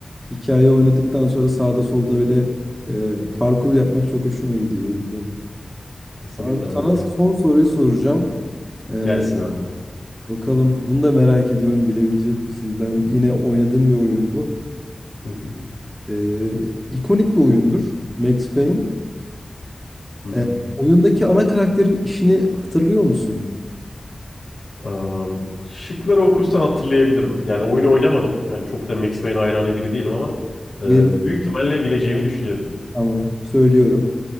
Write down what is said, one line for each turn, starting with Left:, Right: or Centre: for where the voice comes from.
Centre: hikaye oynadıktan sonra sağda solda öyle e, parkur yapmak çok hoşuma gidiyor oyunda.
Left: Kesinlikle
Centre: Abi
Left: evet.
Centre: sana son soruyu soracağım. Ee,
Left: Gelsin abi.
Centre: bakalım bunu da merak ediyorum bilebilecek misin? Ben yine oynadığım bir oyun bu.
Left: Hı hı,
Centre: Ee, ikonik bir oyundur Max Payne.
Left: hı hı.
Centre: Ee, oyundaki ana karakterin işini hatırlıyor musun?
Left: Am, şıkları okursan hatırlayabilirim. Yani oyunu oynamadım. Yani çok da Max Payne hayranı biri değilim ama e,
Centre: Ve
Left: büyük ihtimalle bileceğimi düşünüyorum.
Centre: tamam söylüyorum.